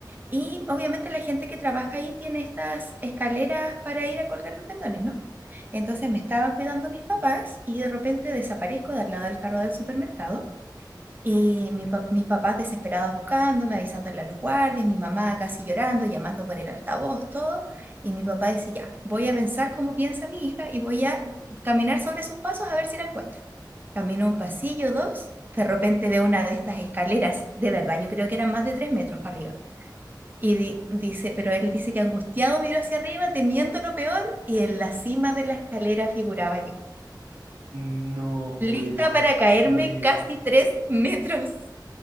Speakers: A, on the right (about 25°); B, on the right (about 70°).
A: Y obviamente la gente que trabaja ahí tiene estas escaleras para ir a colgar los pendones, ¿no? Entonces me estaban cuidando mis papás y de repente desaparezco de al lado del carro del supermercado y mi pa- mis papás desesperados buscándome, avisándole a los guardias, mi mamá casi llorando, llamando por el altavoz, todo. Y mi papá dice, ya, voy a pensar cómo piensa mi hija y voy a caminar sobre sus pasos a ver si la encuentro. Camino un pasillo, dos, de repente veo una de estas escaleras, de verdad, yo creo que eran más de tres metros para arriba. Y di- dice, pero él dice que angustiado miró hacia arriba, temiendo lo peor, y en la cima de la escalera figuraba yo,
B: No
A: lista
B: puede ser.
A: para caerme casi tres metros.